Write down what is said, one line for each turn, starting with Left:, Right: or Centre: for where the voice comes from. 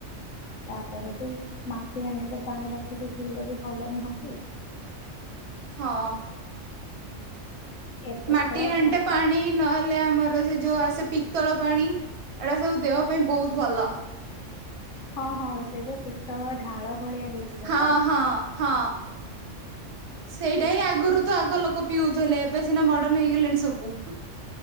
Left: ତାପରେ ବି ମାଟି ହାଣ୍ଡିରେ ପାଣି ରଖିକି ପିଇଲେ ବି ଭଲ ନୁହଁ କି?
Right: ହଁ
Left: ଏବେ
Right: ମାଟି
Left: ତ
Right: ହାଣ୍ଡିଟା
Left: ସବ
Right: ପାଣି ନ ଲେ ଆମର ସେ ଯୋଉ ଆସେ ପିତ୍ତଳ ପାଣି ଏଡା ସବୁ ଦେବା ପାଇଁ ବହୁତ ଭଲ।
Left: ହଁ ହଁ ସେ ଯୋଉ ପିତ୍ତଳ ଢାଳ। ଭଳିଆ ହେଇଥିବ
Right: ହଁ
Left: ତ
Right: ହଁ ହଁ ସେଇଟା ହିଁ ଆଗରୁ ତ ଆଗ ଲୋକ ପିଉଥିଲେ ଏବେ ସିନା ମଡର୍ନ ହେଇଗଲେଣି ସବୁ।